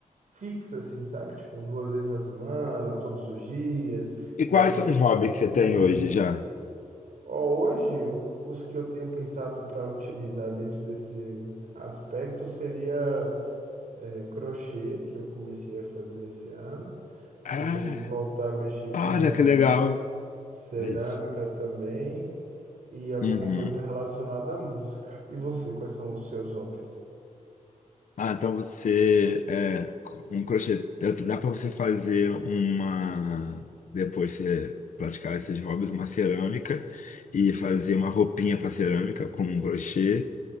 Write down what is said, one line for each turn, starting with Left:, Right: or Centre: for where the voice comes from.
Right: fixa, assim, sabe? Tipo, duas vezes na semana, todos os dias,
Left: E quais
Right: e aí
Left: são
Right: pensar
Left: os hobbies
Right: sobre
Left: que você tem
Right: isso.
Left: hoje já?
Right: Ó, hoje, o- os que eu tenho pensado para utilizar dentro desse aspecto seria é, crochê, que eu comecei a fazer nesse ano.
Left: Ah,
Right: Gostaria de voltar a mexer
Left: olha
Right: com
Left: que legal.
Right: cerâmica
Left: É isso.
Right: também e alguma
Left: Uhum.
Right: coisa relacionada à música. E você, quais são os seus hobbies?
Left: Ah, então você é um crochê. Dá para você fazer uma. Depois você praticar esses hobbies, uma cerâmica e fazer uma roupinha para cerâmica com um crochê